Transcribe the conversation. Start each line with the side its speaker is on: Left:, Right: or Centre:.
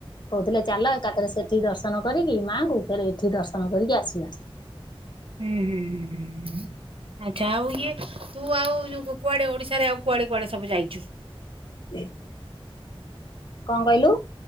Left: କହୁଥିଲେ ଚାଲ ଏକାଥରେ ସେଠି ଦର୍ଶନ ଦର୍ଶନ କରିକି ମାଆଙ୍କୁୁ ଫେରେ ଏଠି ଦର୍ଶନ କରିକି ଆସିବା।
Right: ହୁଁ ହୁଁ ହୁଁ ହୁଁ ଆଚ୍ଛା ଆଉ ଇଏ ତୁ ଆଉ ଯଉ କୁଆଡେ ଓଡିଶାରେ ଆଉ କୁଆଡେ କୁଆଡେ ସବୁ ଯାଇଚୁ?
Left: <inaudible> କଣ କହିଲୁ?